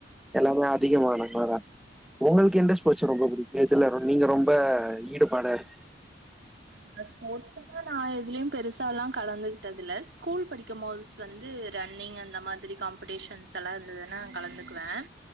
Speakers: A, in the centre; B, on the right.
A: எல்லாமே அதிகமா <unintelligible> உங்ளுக்கு எந்த ஸ்போர்ட்ஸ் ரொம்ப புடிக்கு எதுல நீங்க ரொம்ப ஈடுபாடா இரு
B: இந்த ஸ்போர்ட்ஸ் எல்லா நா எதுலயு பெருசாலா கலந்துங்ட்டது இல ஸ்கூல் படி க்கு மோது வந்து ரன்னிங் அந்த மாதிரி காம்பெடிஷன்ஸ் எல்லா இருந்ததுன்னா நா கலந்துக்குவே